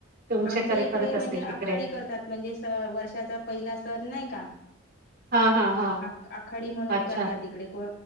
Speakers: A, on the right; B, on the left.
A: तुमच्याकडे
B: आमच्या इकडे
A: करत
B: म्हणजे
A: असतील
B: आखाडी
A: तिकडे
B: करतात. म्हणजे स वर्षाचा पहिला सण नाही का?
A: हा हा हा
B: आ आखाडी म्हणून
A: अच्छा
B: करतात इकडे को